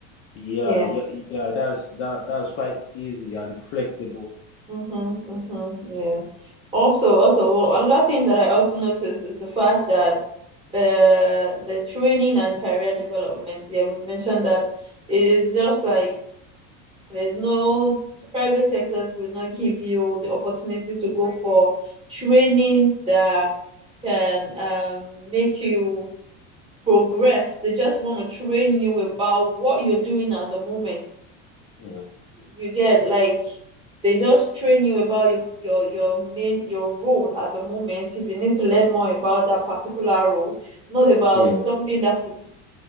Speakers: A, on the left (about 35°); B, on the right (about 15°).
A: Yeah,
B: yeah.
A: yeah, yeah. That's that that's quite easy and flexible.
B: hmm hmm Yeah. Also, also well, another thing that I also noticed is the fact that the the training and career development, yeah, we've mentioned that it's just like there's no private sectors will not give you the opportunity to go for trainings that can um make you progress. They just want to train you about what you're doing at the moment.
A: Mm,
B: You get like they just train you about your your your main your role at the moment if you need to learn more about that particular role, not about
A: mm.
B: something that could